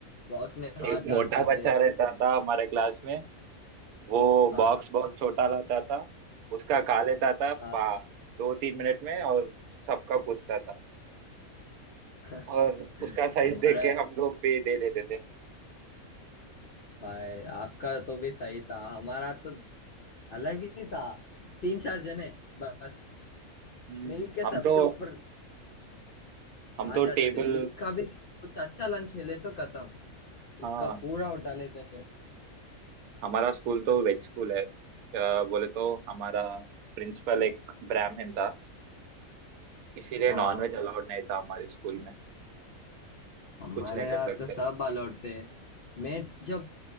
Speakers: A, on the left (about 55°); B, on the right (about 80°).
A: बॉक्स में हाथ
B: एक मोटा
A: डालते
B: बच्चा
A: थे
B: रहता था हमारे क्लास में वो
A: हाँ
B: बॉक्स बहुत छोटा लाता था उसका खा लेता था
A: हाँ
B: पा दो तीन मिनट में और सबका पूछता था
A: <laughs>
B: और उसका साइज
A: हमारा
B: देख के हम लोग भी दे देते थे
A: भाई आपका तो भी सही था हमारा तो अलग ही था तीन चार जने बस
B: हम्म।
A: मिलके
B: हम
A: सबके
B: तो
A: ऊपर
B: हम
A: आ
B: तो
A: जाते
B: टेबल
A: थे किसका भी कुछ अच्छा लंच मिले तो खत्म
B: हाँ
A: उसका पूरा उठा लेते थे
B: हमारा स्कूल तो वेज स्कूल है अ, बोले तो हमारा प्रिंसिपल एक ब्राह्मण था इसीलिए
A: हाँ
B: नॉन वेज अलाउड नहीं था हमारे स्कूल में
A: हमारे
B: कुछ नहीं कर
A: यहाँ
B: सकते
A: तो सब अलाउड थे मैं जब